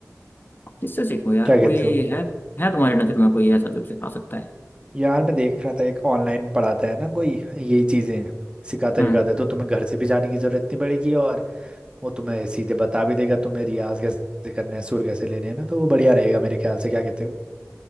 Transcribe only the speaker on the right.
क्या कहते
हो
यार मैं देख रहा था एक ऑनलाइन पढ़ाता है ना कोई यही चीजें सिखाता
विखाता है तो तुम्हें घर से भी जाने की जरूरत नहीं पड़ेगी और वो तुम्हें सीधे बता भी देगा तुम्हें रियाज कैसे करना है सुर कैसे लेने हैं ना तो वो बढ़िया रहेगा मेरे ख्याल से क्या कहते हो